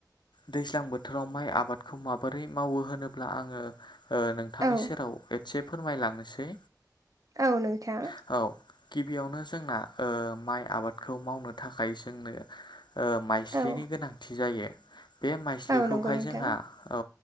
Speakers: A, on the left (about 85°); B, on the right (about 50°).
A: दैज्लां बोथोराव माइ आबादखौ माबोरै मावो होनोब्ला आङो ओ नोंथांनि
B: औ
A: सेराव एसे फोरमायलांनोसै
B: औ नोंथाङां।
A: औ गिबियावनो जोंना ओ माइ आबादखौ मावनो थाखाय जोंनो ओ माइस्लिनि
B: औ
A: गोनांथि जायो। बे माइस्लिखौहाय
B: औ नंगौ नोंथां
A: जोंहा औ।